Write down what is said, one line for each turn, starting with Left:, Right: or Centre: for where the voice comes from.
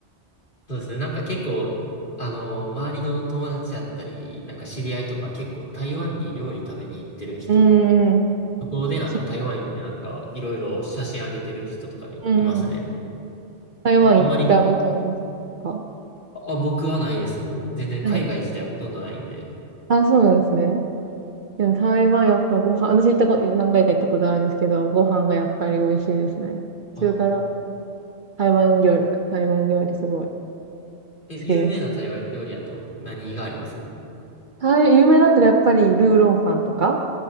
Left: そうですね。なんか結構、あの、周りの友達やったり、なんか知り合いとか結構台湾に料理食べに行ってる人、
Right: うんうん。
Left: 向こうでなんか台湾行ってなんかいろいろ写真上げてる人とかいますね。
Right: そうんうん。台湾行ったことありますか
Left: あんまり、あ、僕はないです。もう全然海外自体はほとんどないんで。
Right: はい。あ、そうなんですね。でも台湾やっぱご飯、私行ったこと、何回か行ったことあるんですけど、ご飯がやっぱり美味しいですね。
Left: あ、
Right: 中華料台湾料理か、台湾料理すごい好
Left: え、
Right: きです。
Left: 有名な台湾料理やと何があります
Right: 台有名だったらやっぱりルーロンファンとか、